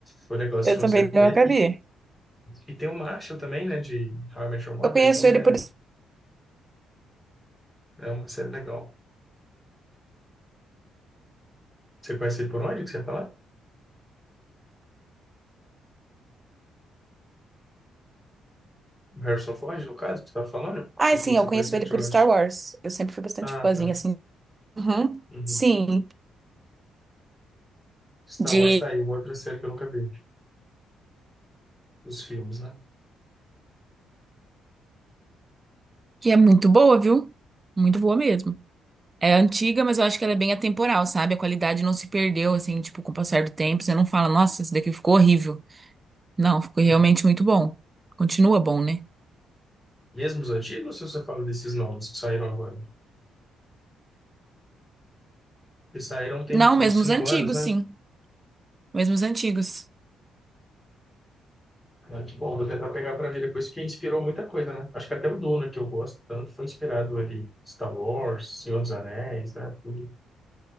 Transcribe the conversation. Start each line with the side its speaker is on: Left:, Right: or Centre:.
Centre: foi legal assistir
Right: Eu também
Centre: uma série com
Right: não
Centre: ele.
Right: acabei.
Centre: E, e tem o Marshall também, né? De How I Met Your Mother.
Right: Eu conheço
Centre: Então,
Right: ele
Centre: é,
Right: por.
Centre: é uma série legal. Você conhece ele por onde que você ia falar? O Harrison Ford, no caso, que você tá falando?
Right: Ah,
Centre: Você falou
Right: sim,
Centre: que
Right: eu
Centre: você
Right: conheço
Centre: conhece ele
Right: ele
Centre: de
Right: por
Centre: onde?
Right: Star Wars. Eu sempre fui bastante
Centre: Ah,
Right: fãzinha,
Centre: tá.
Right: assim. Uhum.
Centre: Uhum.
Right: Sim,
Centre: Star
Right: de
Centre: Wars tá aí, uma outra série que eu nunca vi. Os filmes, né?
Right: que é muito boa, viu? Muito boa mesmo. É antiga, mas eu acho que ela é bem atemporal, sabe? A qualidade não se perdeu, assim, tipo, com o passar do tempo. Você não fala, nossa, isso daqui ficou horrível. Não, ficou
Centre: Uhum.
Right: realmente muito bom. Continua bom, né?
Centre: Mesmo os antigos, ou se você fala desses novos que saíram agora? Que saíram tem
Right: Não, mesmo
Centre: uns cinco
Right: os antigos,
Centre: anos, né?
Right: sim. Mesmo os antigos.
Centre: Ah, que bom, vou tentar pegar pra ver depois, que inspirou muita coisa, né? Acho que até o Duna, que eu gosto tanto, foi inspirado ali. Star Wars, Senhor dos Anéis, né? Tudo.